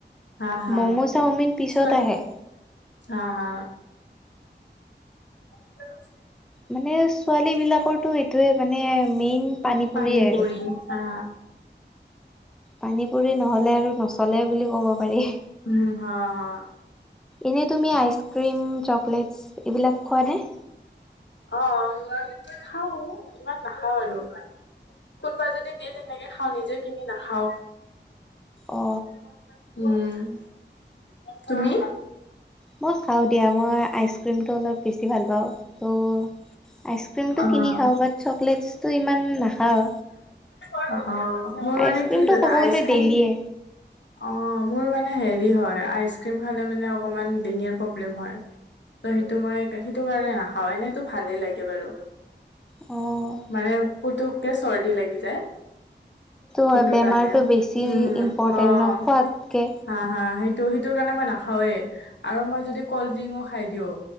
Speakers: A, on the left; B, in the centre.
A: হা হা
B: মম', চাওমিন পিছত
A: ছোৱালী
B: আহে।
A: হা হা <unintelligible>
B: মানে ছোৱালীবিলাকৰটো এইটোৱে মানে মেইন পুৰিয়ে
A: পানী
B: আৰু।
A: পুৰি আ
B: পানী পুৰি নহলে আৰু নচলে বুলি ক'ব পাৰি।
A: উম হা হা
B: এনেই তুমি আইচক্ৰীম, চকলেটছ এইবিলাক খোৱা নে
A: অ উমম খাওঁ ইমান নাখাওঁ আৰু। কোনোবা যদি দিয়ে তেনেকে খাওঁ নিজে কিনি নাখাওঁ।
B: অ
A: উম তুমি
B: মই খাওঁ দিয়া মই আইচ ক্ৰীমটো অলপ বেছি ভাল পাওঁ ত আইচক্ৰীমটো
A: অ',
B: কিনি খাওঁ বাট চকলেটছটো ইমান নাখাওঁ।
A: অ অ মোৰ
B: আইচক্ৰীমটো
A: মানে কি জানা
B: ক'ব
A: আইচ
B: গ'লে
A: ক্ৰীম
B: ডেইলিয়ে
A: অ মোৰ মানে হেৰি হয় আইচক্ৰীম খালে মানে অকমান ডিঙিৰ প্ৰব্লেম হয়। ত সেইটো মই সেইটো কাৰণে নাখাও এনেইটো ভালেই লাগে বাৰু।
B: অ'।
A: মানে পুতুককে চৰ্দি লাগি যায়। সেইটো
B: হয় বেমাৰটো
A: কাৰণে
B: বেছি
A: উম
B: ইম্পৰ্টেণ্ট
A: অ। হা
B: ন খোৱাতকে
A: হা সেইটো সেইটোৰ কাৰণে মই নাখাওঁৱেই আৰু মই যদি কল্ড ড্ৰিংয়ো খাই দিওঁ